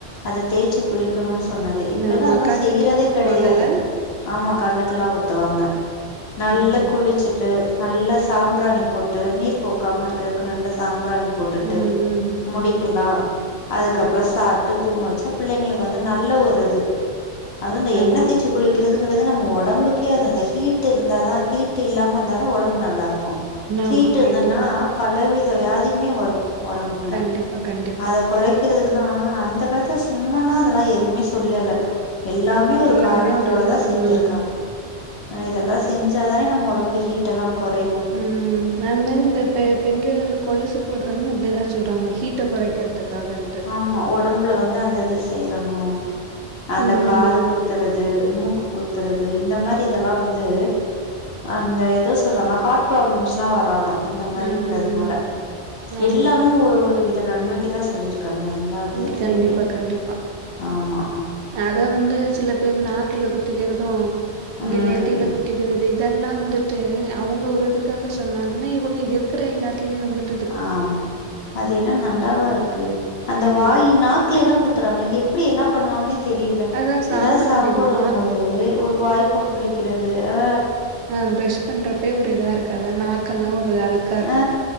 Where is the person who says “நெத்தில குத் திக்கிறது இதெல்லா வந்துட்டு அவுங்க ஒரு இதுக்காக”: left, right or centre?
Right